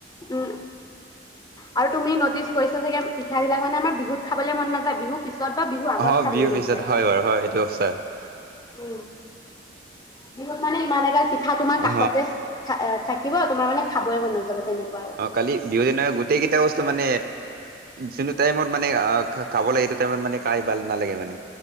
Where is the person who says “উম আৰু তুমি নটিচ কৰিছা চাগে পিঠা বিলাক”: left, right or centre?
Left